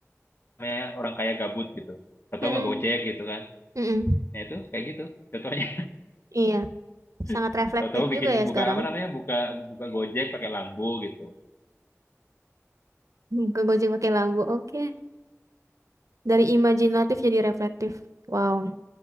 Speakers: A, on the left; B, on the right.
A: namanya orang kaya gabut gitu. Tahu-tahu
B: Mm-mm.
A: nggak Gojek gitu kan.
B: Mm-mm.
A: Nah itu kayak gitu. Contohnya
B: Iya. Sangat
A: <laughs>
B: reflektif
A: tahu-tahu bikin
B: juga ya
A: buka
B: sekarang.
A: apa namanya buka buka Gojek pakai Lambo gitu.
B: Hmm, Ke Gojek pakai lampu. Oke. Dari imajinatif jadi reflektif. Wow.